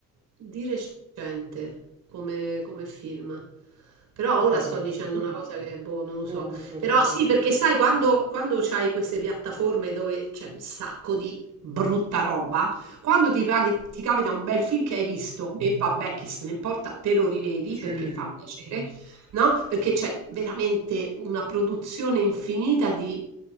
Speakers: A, on the right (about 80°); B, on the right (about 20°).
A: di recente come, come film. Però
B: Io
A: ora
B: pure,
A: sto dicendo una cosa che boh, non lo so.
B: io l'ho visto
A: Però
B: sicuramente.
A: sì, perché sai, quando, quando c'hai queste piattaforme dove c'è un sacco di brutta roba, quando ti, paghi- ti capita un bel film che hai visto e vabbè, chi se ne importa, te lo rivedi
B: Sì,
A: perché fa piacere, no? Perché c'è veramente una produzione infinita di